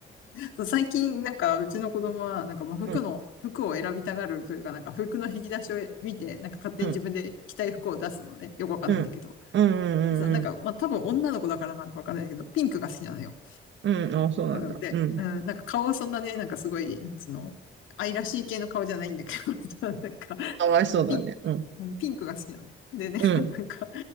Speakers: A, on the left; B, on the right.
A: そう、最近、なんか、うちの子供は、なんか、まあ、服の、
B: うん
A: 服を選びたがるというか、なんか、服の引き出しを見て、なんか、勝手に自分で着たい服を出すのね。
B: うん、
A: よくわかんないんだけど。
B: うん、うん、うん、
A: でさ、なんか、
B: うん、
A: まあ、多分女の子だからなんかわかんないけど、ピンクが好きなのよ。
B: うん、うんあ、そうなんだ。
A: なので、
B: うん。
A: うん、なんか、顔はそんなね、なんか、すごい、なんつうの、愛らしい系の顔じゃないんだけど、<laughs> なんか、
B: かわいそうだね。
A: ピン、
B: うん、
A: うん、ピンクが好きなのよ。でね、
B: うん、
A: <laughs> なんか、